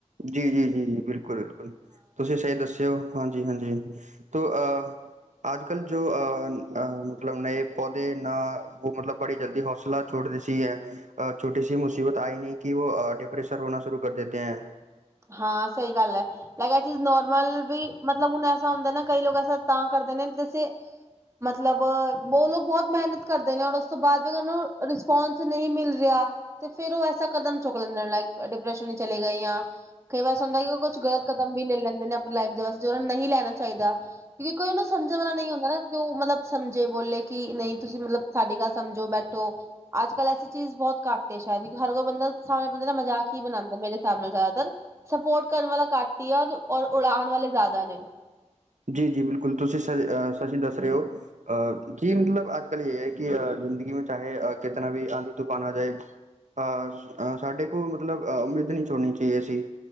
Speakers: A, on the right (about 80°); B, on the right (about 25°).
A: ਜੀ- ਜੀ- ਜੀ- ਜੀ ਬਿਲਕੁਲ -ਬਿਲਕੁਲ ਤੁਸੀਂ ਸਹੀ ਦੱਸਿਓ। ਹਾਂਜੀ -ਹਾਂਜੀ ਤ ਅਹ ਅੱਜ- ਕੱਲ੍ਹ ਜੋ ਅ ਮਤਲਬ ਨਏ ਪੌਦੇ ਨਾ ਉਹ ਮਤਲਬ ਬੜੀ ਜਲਦੀ ਹੌਸਲਾ ਛੋਟੀ ਸੀ ਹੈ ਛੋਟੀ ਸੀ ਮੁਸੀਬਤ ਆਈ ਨਹੀਂ ਕਿ ਉਹ ਡਿਪ੍ਰੇਸਰ ਹੋਣਾ ਸ਼ੁਰੂ ਕਰ ਦੇਤੇ ਹੈ।
B: ਹਾਂ ਸਹੀ ਗੱਲ ਐ। ਲਗਿਆ ਇਹ ਚੀਜ਼ ਨੋਰਮਲ ਵੀ ਮਤਲਬ ਹੁਣ ਏਸ ਹੁੰਦਾ ਨਾ ਕਈ ਲੋਕ ਐਸਾ ਤਾਂ ਕਰਦੇ ਨੇ ਜੈਸੇ ਮਤਲਬ ਉਹ ਲੋਕ ਬਹੁਤ ਮਿਹਨਤ ਕਰਦੇ ਨੇ ਔਰ ਉਸ ਤੋਂ ਬਾਅਦ ਉਹਨ ਨੂੰ ਰਿਸਪੋਂਸ ਨਹੀਂ ਮਿਲ ਰਿਹਾ ਤੇ ਫਿਰ ਉਹ ਐਸਾ ਕਦਮ ਚੁੱਕ ਲੈਂਦੇ ਨੇ ਲੋਕ ਡਿਪਰੈਸ਼ਨ ਵਿੱਚ ਚਲੇ ਗਏ ਯਾਂ ਕਈ ਵੇਸੇ ਹੁੰਦਾ ਕਿ ਉਹ ਕੁਛ ਗਲਤ ਕਦਮ ਵੀ ਲੈ ਲੈਂਦੇ ਨੇ ਆਪਣੀ ਲਾਈਫ ਬਸ ਦੋ ਉਹਨਾਂ ਨੂੰ ਨਹੀਂ ਲੈਣਾ ਚਾਹੀਦਾ ਵੀ ਕੋਈ ਉਹਨੂੰ ਸਮਝਣ ਵਾਲਾ ਨਹੀਂ ਹੁੰਦਾ ਨਾ ਉਹ ਮਤਲਬ ਸਮਝੇ ਬੋਲੇ ਕਿ ਨਹੀਂ ਤੁਸੀਂ ਮਤਲਬ ਸਾਡੀ ਗੱਲ ਸਮਝੋ ਬੈਠੋ ਅੱਜ, ਕੱਲ ਐਸੀ ਚੀਜ਼ ਬਹੁਤ ਘੱਟ ਹੈ ਸ਼ਾਇਦ ਕਿਉਂਕਿ ਹਰ ਕੋਈ ਬੰਦਾ ਸ ਮਤਲਬ ਮਜ਼ਾਕ ਹੀ ਬਣਾਉਂਦਾ ਮੇਰੇ ਸਾਬ ਨਾਲ ਜਾਦਾ <unintelligible> ਸਪੋਰਟ ਕਰਨ ਵਾਲਾ ਘਾਟ ਹੀ ਆ ਔਰ ਉੜਾਣ ਵਾਲੇ ਜ਼ਿਆਦਾ ਨੇ।
A: ਜੀ-ਜੀ। ਬਿਲਕੁਲ ਤੁਸੀਂ ਸ ਸੱਚੀ ਦੱਸ ਰਹੇ ਹੋ ਅਹ ਜੀ ਮਤਲਬ ਅੱਜ, ਕੱਲ ਇਹ ਹੈ ਕਿ ਜ਼ਿੰਦਗੀ ਮ ਚਾਹੇ ਕਿਤਨਾ ਵੀ ਆਂਦੀ ਤੂਫਾਨ ਆ ਜਾਏ ਅਹ ਸਾਡੇ ਕੋਲ ਮਤਲਬ ਉਮੀਦ ਨਹੀਂ ਛੋੜਣੀ ਚਾਹੀਏ ਸੀ